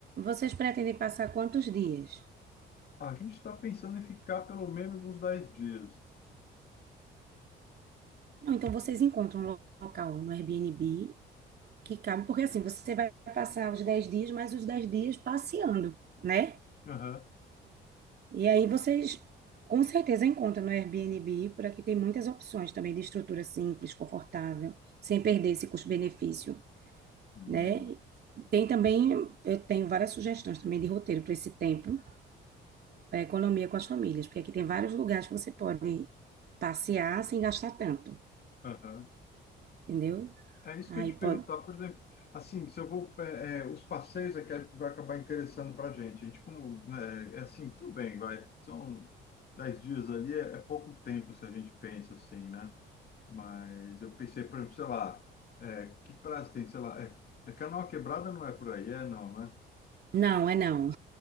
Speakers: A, on the right; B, on the left.
A: Vocês pretendem passar quantos dias?
B: Ah, a gente está pensando em ficar pelo menos uns 10 dias.
A: Não, então vocês encontram um lo- local no Airbnb que cabe, porque assim, você vai passar os 10 dias, mais os 10 dias passeando, né?
B: Aham.
A: E aí vocês com certeza encontram no Airbnb, por aqui tem muitas opções também de estrutura simples, confortável, sem perder esse custo-benefício,
B: Hum.
A: né? Tem também, eu tenho várias sugestões também de roteiro para esse tempo, para economia com as famílias, porque aqui tem vários lugares que você pode passear sem gastar tanto,
B: Aham.
A: entendeu?
B: É isso
A: Aí
B: que eu ia te perguntar,
A: pode.
B: por exemplo, assim, se eu vou, é, é, os passeios é que é, vai acabar interessando para a gente. A gente como, né, é assim, tudo bem, vai, são 10 dias ali, é, é pouco tempo se a gente pensa assim, né? Mas eu pensei, por exemplo, sei lá, é, que prazo tem, sei lá, é, é Canoa Quebrada não é por aí, é não, né?
A: Não, é não,